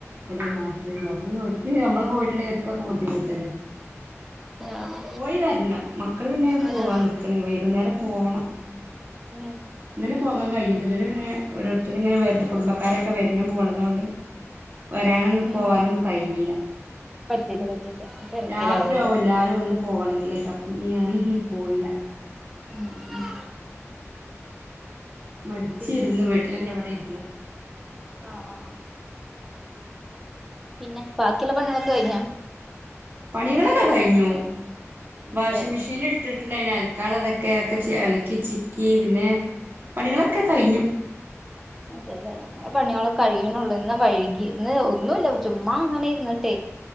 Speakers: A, on the right; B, in the centre.
A: വടെ നാട്ട്ല്ണ്ട്. അപ്പൊ പിന്നെ ഓൽക്ക് ഞമ്മള് പോയിട്ട്ണ്ടെങ്കി ഓര്ക്കൊക്കെ ബുദ്ധിമുട്ടല്ലേ.
B: ആഹ്
A: പോയി വര്നം. മക്കള് പിന്നെ പോവാ
B: അതെ അതെ
A: നിക്ക്ണ്. വൈകുന്നേരം പോവണം.
B: ഉം
A: ന്നലെ പോകാ കയ്ഞ്ഞ്. <unintelligible> ന്നലെ പിന്നെ ഓരോരുത്തര്ങ്ങനെ വര് കുടുംബക്കാരൊക്കെ വര്നും പോണതോണ്ട്. വരാനൊന്നും
B: ഉം
A: പോവാനൊന്നും കയ്ഞ്ഞീല.
B: പറ്റില്ല പറ്റില്ല. തിരക്കിലാവൂലോ
A: രാത്രിയാവും എല്ലാരും വന്ന് പോവണെങ്കിലൊക്കെ. അപ്പൊ പിന്നെ ഞാന് <unintelligible> പോയില.
B: ഉം. ഉം
A: മടിച്ചിര്ന്ന്.
B: പിന്നെ
A: വീട്ടിലെന്നെ വടെ ഇര്ന്ന്.
B: ആഹ് ആഹ് ആഹ് പിന്നെ ബാക്കിള്ള പണികളൊക്കെ കയ്ഞ്ഞോ?
A: പണികളൊക്കെ കഴിഞ്ഞു.
B: അതെ
A: വാഷിംഗ് മിഷീൻല് ട്ട്ട്ട്ണ്ടെയ്നു അൽക്കാള്ളതൊക്കെ. അഒക്കെ അൽക്കി ചിക്കി. പിന്നെ പണികളൊക്കെ കയ്ഞ്ഞു.
B: അതെ ലെ. പണികള് കഴിയ്ണൊള്ളൂ. ഇന്ന് വഴ്‌കി. ഇന്ന് ഒന്നുല്ല. ചുമ്മാ അങ്ങനെ ഇരുന്നിട്ടെ.